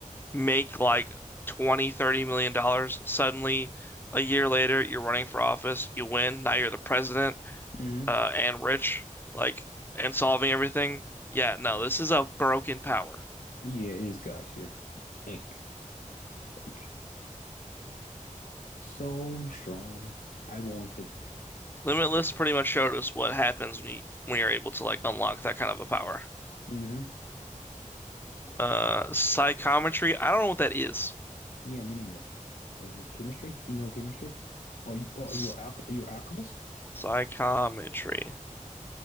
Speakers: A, on the left; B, on the left.
A: make like twenty, thirty million dollars. Suddenly, a year later, you're running for office, you win, now you're the president,
B: hmm
A: uh, and rich, like, and solving everything. Yeah, no, this is a broken power.
B: Yeah, it is God tier. Ick. Like so strong. I wanted.
A: Limitless pretty much showed us what happens when you when you're able to like unlock that kind of a power.
B: Mm-hmm.
A: Uh, psychometry, I don't know what that is.
B: Yeah, me neither. Like oh, chemistry? You know chemistry? Are you are
A: S-
B: you a are you an alchemist?
A: Psychometry.